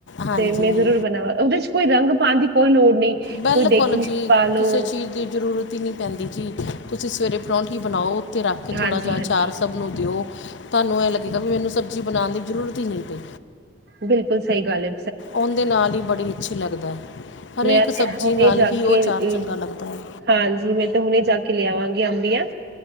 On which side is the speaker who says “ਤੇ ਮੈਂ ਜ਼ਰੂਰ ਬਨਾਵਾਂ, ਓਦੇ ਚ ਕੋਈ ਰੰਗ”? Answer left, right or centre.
Right